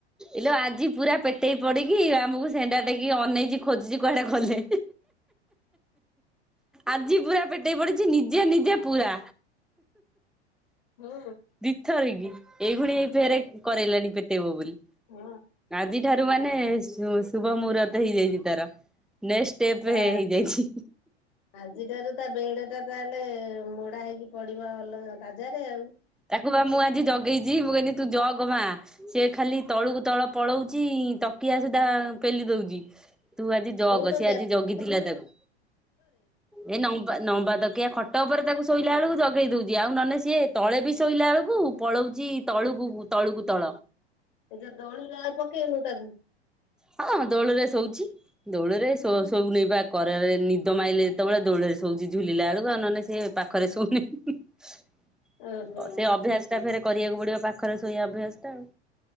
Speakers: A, in the centre; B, on the left.
A: ଇଲୋ ଆଜି ପୁରା ପେଟେଇ ପଡିକି ଆମକୁ ସେଣ୍ଡା ଟେକିକି ଅନେଚି ଖୋଜୁଚି କୁଆଡେ ଗଲେ। ଆଜି ପୁରା ପେଟେଇ ପଡିଚି ନିଜେ ନିଜେ ପୁରା।
B: ହୁଁ
A: ଦିଥରିକି ଏଇଭୁଳି ଏ ଫରେ କରାଇଲାଣି ପେଟେଇବ ବୋଲି।
B: ହଁ।
A: ଆଜି ଠାରୁ ମାନେ ଶୁ ଶୁଭ ମୁହରତ ହେଇଯାଇଚି ତାର। ନେକ୍ସଟ ଷ୍ଟେପ
B: ତା
A: ହେଇଯାଇଛି
B: ଆଜିଠାରୁ ତା ବେଡ ତାହେଲେ ମୁଢା ହେଇକି ପଡିବ ଅଲ ତାଜାରେ ଆଉ।
A: ତାକୁ ବା ମୁଁ ଆଜି ଜଗେଇଚି ମୁଁ କହିଲି ତୁ ଜଗମା ସିଏ ଖାଲି ତଳକୁ ତଳ ପଳଉଚି ତକିଆ ସୁଧା ପେଲି ଦଉଚି। ତୁ ଆଜି ଜଗ
B: କୋଉ ତ
A: ସେ ଆଜି ଜଗିଥିଲା ତାକୁ ଏ ନ ନମ୍ବା ତକିଆ ଖଟ ଉପରେ ତାକୁ ଶୋଇଲା ବେଳକୁ ଜଗେଇ ଦଉଛି ଆଉ ନହେଲେ ସିଏ ତଳେ ସେ ଶୋଇଲା ବେଳକୁ ପଳଉଛି ତଳୁକୁ ତଳୁକୁ ତ
B: ଏ ଯା ଦଳି ପକେଇନୁ ତାକୁ
A: ହଁ ଦୋଳରେ ଶୋଉଛି ଦୋଲିରେ ଶୋଉନେବା କରା ନିଦ ମାଇଲେ ଯେତେବେଳେ ଦୋଳରେ ଶଉଛି ଝୁଲିଲା ବେଳକୁ ଆଉ ନହେଲେ ସେ ପାଖରେ ଶୋଉନି। ସେଇ
B: ଓହୋ
A: ଅଭ୍ୟାସ ଟା ଫେରେ କରିବାକୁ ପଡିବ ପାଖରେ ଶୋଇବା ଅଭ୍ୟାସ ଟା ଆଉ।